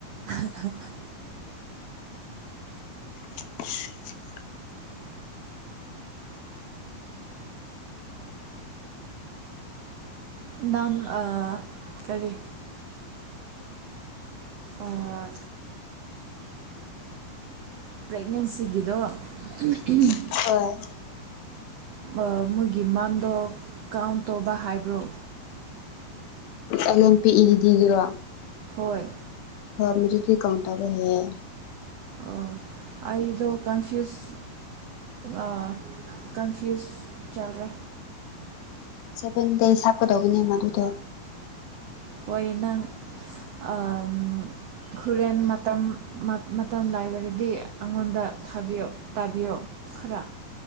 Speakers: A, on the right; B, on the left.
A: ꯍꯥꯍꯥꯍꯥ
B: <inaudible>
A: ꯅꯝ ꯑꯥ ꯀꯔꯤ ꯑꯥ ꯄ꯭ꯔꯦꯛꯅꯦꯟꯁꯤꯒꯤꯗꯣ ꯑꯍꯝ ꯑꯍꯝ
B: ꯍꯣꯏ
A: ꯑꯥ ꯃꯣꯏꯒꯤ ꯃꯥꯟꯗꯣ ꯀꯥꯎꯟ ꯇꯧꯕ ꯍꯥꯏꯕ꯭ꯔꯣ
B: ꯑꯦꯜ ꯑꯦꯝ ꯄꯤ ꯏꯒꯤꯗꯤꯒꯤꯔꯣ
A: ꯍꯣꯏ
B: ꯍꯣꯢ ꯃꯗꯨꯗꯤ ꯀꯥꯎꯟ ꯇꯧꯌꯦ ꯍꯥꯢꯌꯦ
A: ꯑꯣ ꯑꯩꯗꯣ ꯀꯟꯐ꯭ꯌꯨꯁ ꯑꯥ ꯀꯟꯐ꯭ꯌꯨꯁ ꯆꯜꯔꯦ
B: ꯁꯚꯦꯟ ꯗꯦꯖ ꯍꯥꯞꯀꯗꯧꯕꯅꯦ ꯃꯗꯨꯗꯣ
A: ꯍꯣꯏ ꯅꯪ ꯑꯥ ꯍꯨꯔꯦꯟ ꯃꯇꯝ ꯃꯇꯝ ꯂꯩꯔꯗꯤ ꯑꯩꯉꯣꯟꯗ ꯊꯥꯕꯤꯌꯣ ꯇꯥꯕꯤꯌꯣ ꯈꯔꯥ